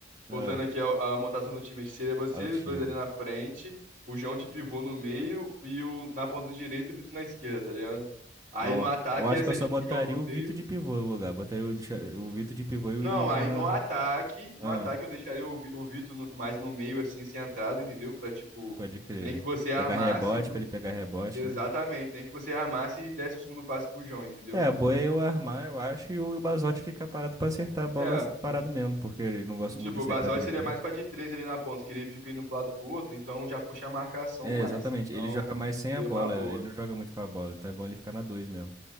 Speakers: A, on the right; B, on the right.
A: Voltando
B: Ah,
A: aqui ao- à montação do time, acho que seria você,
B: alto
A: os dois ali na frente, o João de pivô no meio e o na ponta direita e o Vitor na esquerda, tá ligado? Aí
B: Ah, ó,
A: no ataque
B: Eu acho
A: ia ser
B: que eu só
A: tipo
B: botaria
A: o João no
B: o
A: meio.
B: Vitor de pivô no lugar. Botaria o, Cha- o Vitor de pivô e o
A: Não,
B: Ju-
A: aí
B: Jona.
A: no ataque, no
B: Ah,
A: ataque eu deixaria o, Vi- o Vitor no- mais no meio, assim, centrado, entendeu? Pra tipo,
B: pode crer.
A: nem que você armasse,
B: Pegar rebote pra ele pegar rebote,
A: exatamente,
B: né?
A: nem que você armasse e desse o segundo passe pro João, entendeu?
B: É, a boa é eu armar, eu acho, e o, e o Bazotti ficar parado pra acertar a bola
A: É.
B: s- parado mesmo, porque ele não gosta
A: E tipo,
B: muito de
A: o
B: sair
A: Basotti
B: pra driblar.
A: seria mais pra de três ali na ponta, que ele fica indo pro lado pro outro, então já puxa a marcação
B: É,
A: mais.
B: exatamente.
A: Então,
B: Ele joga mais sem
A: seria
B: a bola,
A: uma boa.
B: ele não joga muito com a bola, então é bom ele ficar na dois mesmo.